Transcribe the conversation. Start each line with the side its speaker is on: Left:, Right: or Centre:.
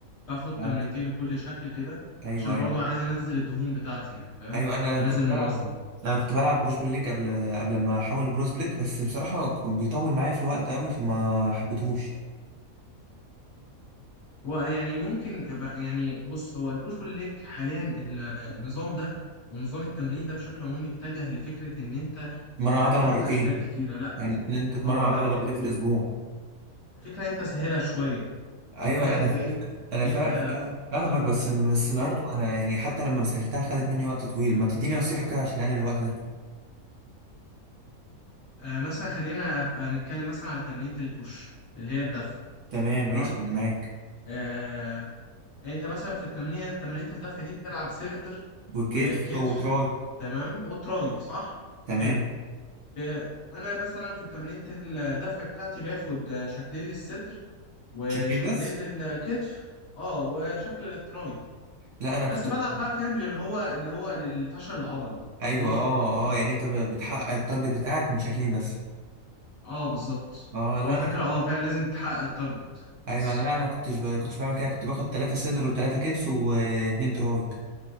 Left: باخد
Right: فهمت.
Left: تمرينتين لكل شكل كده
Right: ايوه
Left: عشان
Right: ايوه
Left: برضو عايز انزل الدهون بتاعتي يعني فاهم
Right: ايوه انا
Left: انزل
Right: كنت بلعب
Left: من وزني
Right: انا كنت بلعب بوش بالليج قبل قبل ما احول برو سبليت بس بصراحه كان بيطول معايا في الوقت قوي فما حبيتهوش
Left: هو يعني ممكن أبقى- يعني بص هو البوش بول ليج حاليا ال- النظام ده ونظام التمرين ده بشكل عمومي اتجه لفكرة ان انت
Right: مرة عضله
Left: آه، بتاخد
Right: مرتين
Left: اشكال كتيرة لا
Right: يعني ان انت تتمرن
Left: اه
Right: عضله
Left: لا يعني
Right: مرتين في الاسبوع
Left: فكرة انت سهلها شوية
Right: ايوه
Left: سهلها
Right: انا
Left: ازاي
Right: انا
Left: ان انت
Right: فا- فا- فاهمك بس بس برضه
Left: إن إنت-
Right: انا يعني حتى لما سهلتها خدت مني وقت طويل ما تديني نصيحة كده عشان اقلل الوقت ده
Left: آه، مثلا خلينا ف- نتكلم مثلا على تمرينة البوش اللي هي الدفع
Right: تمام
Left: تمام
Right: ماشي انا معاك
Left: آه انت مثلا في التمرينة تمرينة الدفع دي بتلعب صدر
Right: وكتف
Left: وكتف
Right: وتراي
Left: تمام وتراي صح
Right: تمام
Left: حلو ب... انا مثلا في تمرينة الدفع بتاعتي باخد شكلين للصدر وشكلين
Right: شكلين بس
Left: للكتف اه وشكل للتراي
Right: لا انا
Left: بس
Right: كنت
Left: بلعب
Right: باخد-
Left: بقى فاهم اللي هو اللي هو للفشل العضلي
Right: ايوه
Left: فاهمني
Right: اه اه يعني انت ب- بتحقق التارجت بتاعك من شكلين بس
Left: اه بالظبط
Right: اه لا
Left: هو
Right: انا
Left: فكرة
Right: كنت
Left: اه فعلا لازم تحقق التارجت
Right: ايوه
Left: بس
Right: انا لا انا كنتش ب... كنتش بعمل كده كنت باخد ثلاثة صدر وثلاثة كتف واتنين تراي